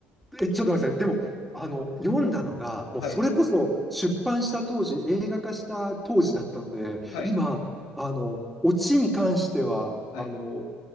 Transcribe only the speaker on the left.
はい、
はい、
はい、